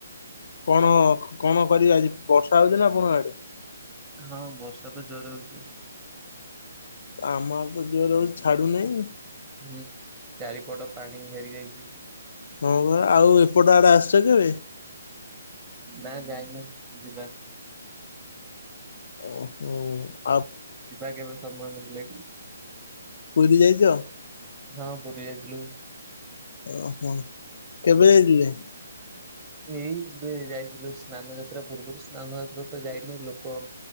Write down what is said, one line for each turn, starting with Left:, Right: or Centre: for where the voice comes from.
Left: କଣ ଖ କଣ କରିବେ ଆଜି ବର୍ଷା ହଉଚି ନାଁ ଆପଣଙ୍କ ଆଡ଼େ?
Right: ହଁ ବର୍ଷା ତ ଜୋରେ ହଉଚି।
Left: ଆମ ଆଡ଼େ ତ ଜୋରେ ହଉଚି ଛାଡୁ଼ନେଇ।
Right: ଉଁ ଚାରିପଟ ପାଣି ଘେରି ଯାଇଚି।
Left: ହଁ ପରା ଆଉ ଏପଟ ଆଡ଼େ ଆସିଚ କେବେ?
Right: ନାଁ ଯାଇନେଇ ଯିବା।
Left: ଅ ହଉ।
Right: ଇବା କେବେ ସମୟ ମିଲଲେ।
Left: ପୁରୀ ଯାଇଚ?
Right: ହଁ ପୁୁରୀ ଆଇତିଲୁ।
Left: ଓହୋ କେବେ ଆଇଇଲେ?
Right: ଏଇ ଏବେ ଯାଇଥିଲୁ ସ୍ନାନ ଯାତ୍ରା ପୂର୍ବରୁ ସ୍ନାନ ଯାତ୍ରା ତ ଯାଇନୁ ଲୋକ